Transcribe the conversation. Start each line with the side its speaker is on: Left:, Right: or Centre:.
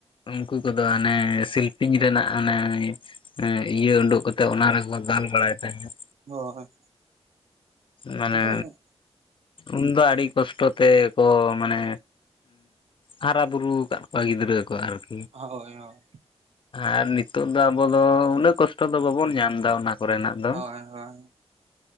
Left: ᱩᱱᱠᱩ ᱠᱚᱫᱚ ᱦᱟᱱᱮ ᱥᱤᱞᱯᱤᱧ ᱨᱮᱱᱟᱜ ᱟᱱᱮᱭ ᱤᱭᱟᱹ ᱩᱰᱩᱠ ᱠᱟᱛᱮᱜ ᱚᱱᱟ ᱨᱮᱠᱚ ᱫᱟᱞ ᱵᱟᱲᱟᱭ ᱛᱟᱦᱮᱸᱫᱽ᱾
Right: ᱦᱳᱭ᱾
Left: ᱢᱟᱱᱮ
Right: ᱟᱫᱚ ᱦᱳᱭ
Left: ᱩᱱᱫᱚ ᱟᱹᱰᱤ ᱠᱚᱥᱴᱚ ᱛᱮ ᱠᱚ ᱢᱟᱱᱮ ᱦᱟᱨᱟ ᱵᱩᱨᱩ ᱟᱠᱟᱫ ᱠᱚᱣᱟ ᱜᱤᱫᱽᱨᱟᱹ ᱠᱚ ᱟᱨᱠᱤ᱾
Right: ᱦᱳᱭ ᱦᱳᱭ᱾
Left: ᱟᱨ ᱱᱤᱛᱳᱜ ᱫᱚ ᱟᱵᱚ ᱫᱚ ᱩᱱᱟᱹᱜ ᱠᱚᱥᱴᱚ ᱫᱚ ᱵᱟᱵᱚᱱ ᱧᱟᱢ ᱮᱫᱟ ᱚᱱᱟ ᱠᱚᱨᱮᱱᱟᱜ᱾ ᱫᱚ
Right: ᱦᱳᱭ ᱦᱳᱭ᱾